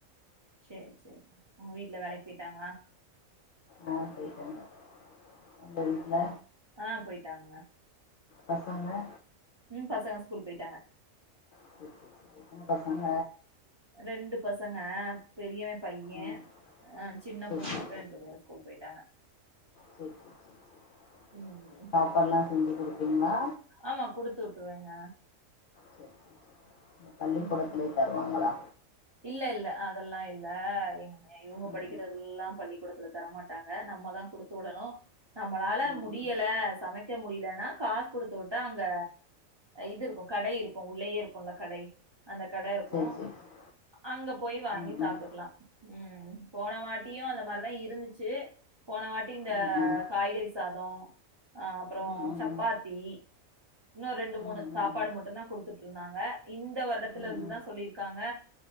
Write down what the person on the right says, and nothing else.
சேரி சேரி உங்க வீட்ல வேலைக்கு போய்ட்டாங்களா
ஆ போய்ட்டாங்கங்க
ம் பசங்க ஸ்கூல் போய்ட்டாங்க
ரெண்டு பசங்க பெரியவன் பையன்
அ சின்ன
பொண்ணு
ரெண்டு பேரும் ஸ்கூல் போய்ட்டாங்க
ம்
ஆமா குடுத்து விட்ருவங்க
ம்
இல்ல இல்ல அதெல்லா இல்ல இவங் இவங்க
படிக்கிறதல்லாம் பள்ளிக்கூடத்துல தரமாட் ட்டாங்க நம்ம தா குடுத்து விடணும் நம்மளால
முடியல
சமைக் க்க முடியலன்னா காசு குடுத்து விட்டா அங்க இது இருக்கு கடை இருக்கும் உள்ளயே இருக்கும்ல கடை அந்த கட இருக்கும்
அங்க போய் வாங்கி
சாப்ட்டுக்கலாம்
ம் போன வாட் ட்டியும் அந்த மாரிதா இருந்துச்சு போன வாட்டி இந்த
காய்கறி சாதம் அ அப்பறம்
சப்பாத்தி இன்னு ரெண்டு மூணு
சாப்பாடு மட்டும் தா குடுத்துட்டு இருந்தாங்க இந்த வருடத்தில
இருந்துதா சொல்லியிருக்காங்க